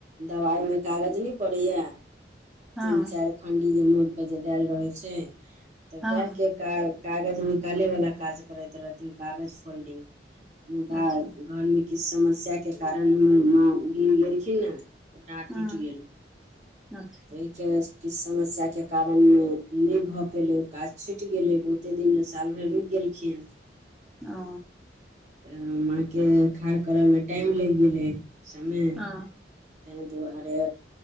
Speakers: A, on the right; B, in the centre.
A: दबाइमे कागज नहि पड़ैया
B: हँ
A: तीन चारि खंडी जे मड़के देल रहे छै तऽ
B: हँ
A: बैंकक कागज निकाले वाला काज करैत रहथिन कागज फोल्डिंग मुदा
B: अच्छा
A: घरमे किछु समस्या के कारण हमर माँ गिर गेलखिन ने तऽ डाँट
B: हँ
A: टूटि गेलै
B: अच्छा
A: तऽ के किछु समस्या के कारण नहि भऽ पहिने ओ काज छुटि गेलै, बहुते दिन साल भरि रुकि गेलखिन
B: ओ
A: तऽ माँके ठाढ़ करबामे टाइम लागि गेलै, समय
B: हँ
A: तैहि दुआरे